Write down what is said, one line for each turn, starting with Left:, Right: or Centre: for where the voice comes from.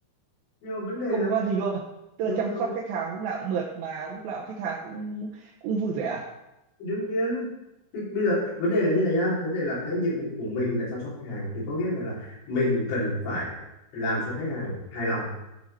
Left: nhưng mà vấn đề
Right: không
Left: là
Right: khó khăn gì luôn
Left: đúng
Right: tức là chăm
Left: rồi
Right: sóc khách hàng lúc nào cũng mượt mà lúc nào khách hàng cũng cũng vui vẻ
Left: đương nhiên thì bây giờ vấn đề là như này nhá vấn đề là cái nhiệm vụ của mình là chăm sóc khách hàng thì có nghĩa là, là mình cần phải làm cho khách hàng hài lòng